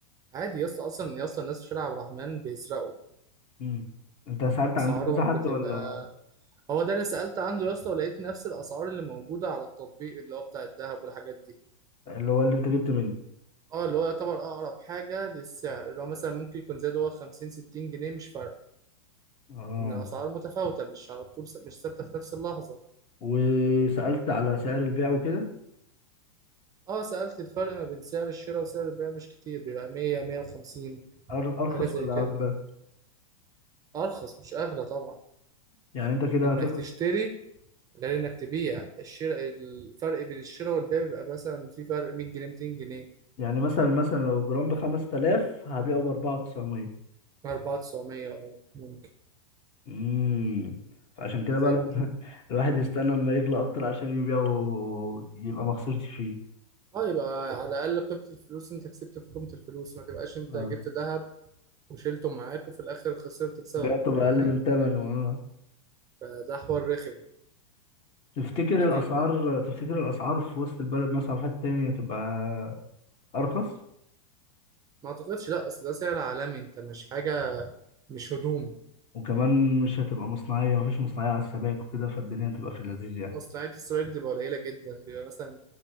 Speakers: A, on the right; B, on the left.
A: عادي يا اسطى أصلا يا اسطى الناس في شارع عبد الرحمن بيسرقوا
B: امم انت سالت
A: أسعارهم
B: عند كذا حد
A: بتبقى
B: ولا
A: هو ده اللي سألت عنده يا اسطى ولقيت نفس الأسعار اللي موجودة على التطبيق اللي هو بتاع الدهب والحاجات دي
B: اللي هو اللي انت جبت منه
A: اه اللي هو يعتبر أقرب حاجة للسعر اللي هو مثلا ممكن يكون زاد هو 50 60 جنيه مش فارقة
B: اه
A: إن الأسعار متفاوتة مش على طول س- مش ثابتة في نفس اللحظة
B: وسالت على سعر البيع وكده
A: اه سألت الفرق ما بين سعر الشراء وسعر البيع مش كتير بيبقى 100 150
B: أر- ارخص
A: حاجة زي
B: ولا
A: كده
B: اغلى
A: أرخص مش أغلى طبعا
B: يعني انت كده
A: إنك
B: هتخ...
A: تشتري غير إنك تبيع الشراء الفرق بين الشراء والبيع بيبقى مثلا في فرق 100 جنيه 200 جنيه
B: يعني مثلا مثلا لو الجرام ب 5000 هبيعه ب 4900
A: 4900 ممكن
B: امم فعشان كده
A: فاهمني
B: بقى لا- <laughs> الواحد يستنى لما يغلى اكتر عشان يبيعه يبقى ما خسرش فيه
A: اه يبقى على الأقل قيمة الفلوس أنت كسبت في قيمة الفلوس ما تبقاش أنت
B: آه.
A: جبت ذهب وشيلته معاك وفي الآخر خسرت بسببه
B: بعته
A: فاهمني
B: بأقل من تمنه اه
A: فده حوار رخم
B: تفتكر
A: لكن
B: الأسعار تفتكر الأسعار في وسط البلد مثلا في حتة تانية هتبقى أرخص
A: ما أعتقدش لأ أصل ده سعر عالمي أنت مش حاجة مش هدوم
B: وكمان مش هتبقى مصنعية مفيش مصنعية على السبائك وكده فالدنيا هتبقى في اللذيذ يعني
A: مصنعية السلايك بتبقى قليلة جدا بيبقى مثلا